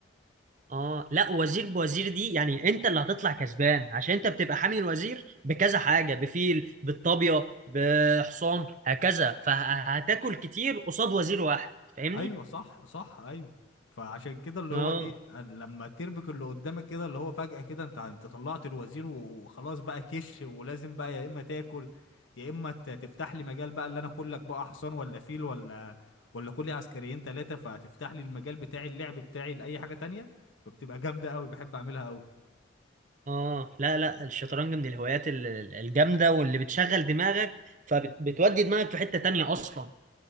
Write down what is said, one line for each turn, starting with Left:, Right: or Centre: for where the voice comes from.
Right: اه لا وزير بوزير دي يعني انت اللي هتطلع كسبان عشان انت بتبقى حامي الوزير بكذا حاجه بفيل بالطابيه بحصان هكذا فهتاكل كتير قصاد وزير واحد فاهمني
Left: ايوه صح صح ايوه فعشان كده اللي
Right: اه
Left: هو ايه لما تربك اللي قدامك كده اللي هو فجأة كده انت انت طلعت الوزير و- وخلاص بقى كش ولازم بقى يا اما تاكل يا اما ت- تفتح لي مجال بقى اللي انا كلك بقى حصان ولا فيل ولا ولا كلي عسكريين ثلاثة فتفتح لي المجال بتاعي اللعب بتاعي لأي حاجة تانية فبتبقى جامدة قوي بحب اعملها قوي
Right: اه لا لا الشطرنج من الهوايات ال- ال- الجامده واللي بتشغل دماغك فبتودي دماغك في حته تانية اصلا